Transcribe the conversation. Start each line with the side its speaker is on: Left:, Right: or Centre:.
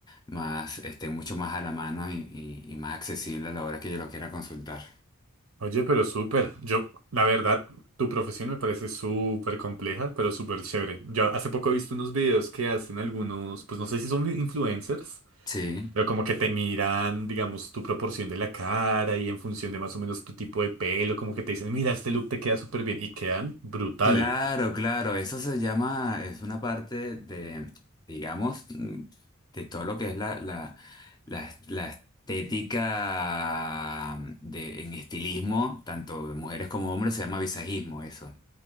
Left: más, este, mucho más a la mano y, y- y más accesible a la hora que yo lo quiera consultar.
Right: Oye, pero súper. Yo, la verdad, tu profesión me parece súper compleja, pero súper chévere. Yo hace poco he visto unos videos que hacen algunos, pues no sé si son influencers
Left: Sí.
Right: Pero como que te miran, digamos, tu proporción de la cara y en función de más o menos tu tipo de pelo, como que te dicen, mira, este look te queda súper bien y quedan brutal.
Left: Claro, claro, eso se llama, es una parte de, digamos, mm, de todo lo que es la, la, la- la estética mm, de, en estilismo, tanto de mujeres como hombres, se llama visajismo eso.